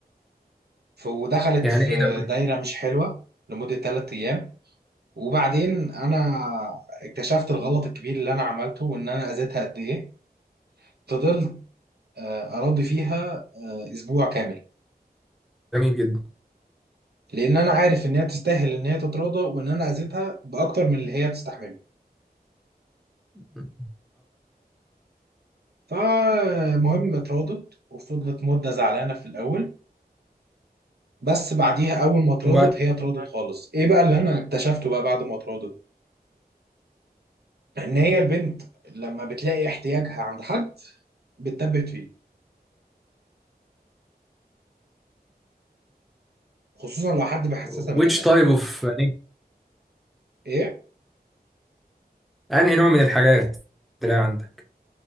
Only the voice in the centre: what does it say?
يعني
ايه ده
جميل جدا
مم.
وبعد
which
type of يعني
انهي نوع من الحاجات تلاقي عندك